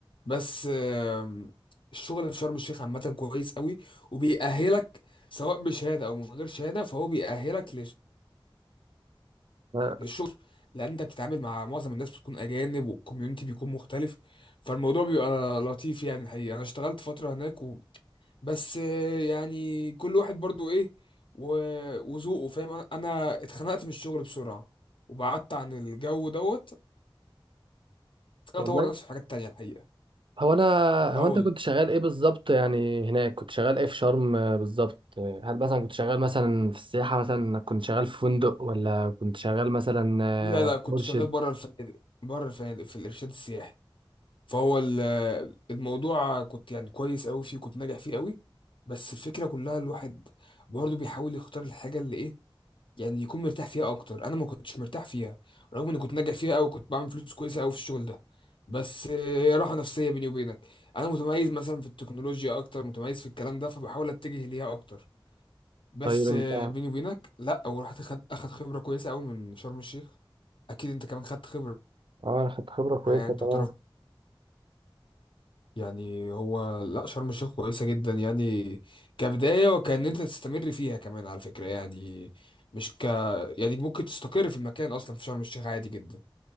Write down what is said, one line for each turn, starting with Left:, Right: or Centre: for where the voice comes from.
Left: بس آم، الشغل في شرم الشيخ عامة كويس قوي وبيأهلك سواء بشهادة او من غير شهادة فهو بيأهلك
Right: آه،
Left: الشغل لان انت بتتعامل مع معظم الناس بتكون اجانب والكوميونتي بيكون مختلف فالموضوع بيبقى لطيف يعني الحقيقه انا اشتغلت فتره هناك و... بس آه، يعني كل واحد برضو ايه و... وذوقه فاهم انا أنا اتخنقت من الشغل بسرعه وبعدت عن الجو دوت أنا
Right: والله
Left: اطور نفسي في حاجات تانية الحقيقه
Right: هو انا
Left: اه
Right: هو
Left: والله
Right: انت كنت شغال ايه بالظبط يعني هناك كنت شغال ايه في شرم آه، بالظبط آه، هل مثلا كنت شغال مثلا في السياحه مثلا كنت شغال في فندق ولا كنت شغال مثلا
Left: لا لا
Right: آه،
Left: كنت
Right: مرشد
Left: شغال بره الفنادق بره الفنادق في الارشاد السياحي فهو ال- الموضوع كنت يعني كويس قوي فيه كنت ناجح فيه قوي بس الفكره كلها الواحد برضه بيحاول يختار الحاجه اللي ايه يعني يكون مرتاح فيها اكتر انا ما كنتش مرتاح فيها رغم اني كنت ناجح فيها قوي كنت بعمل فلوس كويسه قوي في الشغل ده بس آه، راحه نفسيه بيني وبينك انا متميز مثلا في التكنولوجيا اكتر متميز في الكلام ده فبحاول اتجه ليها اكتر بس
Right: طيب انت
Left: آه، بيني وبينك لا ورحت اخد اخد خبره كويسه قوي من شرم الشيخ اكيد انت كمان خدت خبره
Right: اه أنا خدت خبرة كويسة
Left: يعني تعتبر
Right: تمام
Left: يعني هو لا شرم الشيخ كويسة جدا يعني كبداية وكأن انت تستمر فيها كمان على فكرة يعني مش ك يعني ممكن تستقر في المكان اصلا في شرم الشيخ عادي جدا